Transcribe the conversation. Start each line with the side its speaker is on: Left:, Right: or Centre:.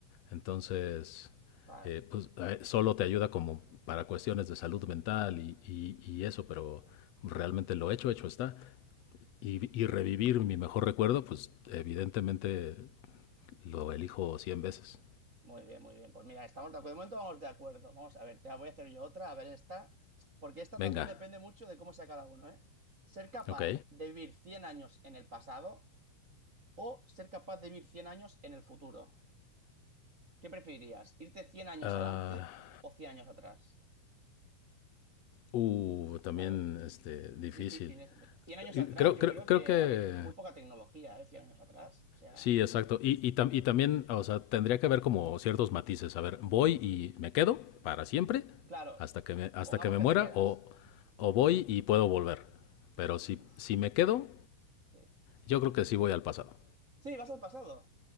Left: Entonces,
Right: claro.
Left: eh, pues eh, solo te ayuda como para cuestiones de salud mental y, y- y eso, pero realmente lo hecho, hecho está. Y, y revivir mi mejor recuerdo, pues evidentemente lo elijo cien veces.
Right: Muy bien, muy bien. Pues mira, estamos de acuerdo. De momento vamos de acuerdo. Vamos a ver, te voy a hacer yo otra, a ver esta. Porque esta
Left: Venga,
Right: también depende mucho de cómo sea cada uno, ¿eh? Ser capaz
Left: ok.
Right: de vivir 100 años en el pasado o ser capaz de vivir 100 años en el futuro. ¿Qué preferirías? ¿Irte 100 años
Left: Ah,
Right: adelante o 100 años atrás?
Left: uh, también
Right: Claro,
Left: este, difícil.
Right: es difícil. es- 100 años
Left: Y
Right: atrás
Left: Creo,
Right: yo
Left: creo,
Right: creo
Left: creo
Right: que
Left: que
Right: habría muy poca tecnología, ¿eh? 100 años atrás. O sea...
Left: Sí, exacto. Y, y, tam- y también, o sea, tendría que haber como ciertos matices. A ver, voy y me quedo para siempre
Right: Claro,
Left: hasta que me, hasta
Right: pongamos
Left: que me
Right: que
Left: muera
Right: te quedas.
Left: o, o voy y puedo volver. Pero si,
Right: Uf,
Left: si me quedo,
Right: sí.
Left: yo creo que sí voy al pasado.
Right: Sí, vas al pasado.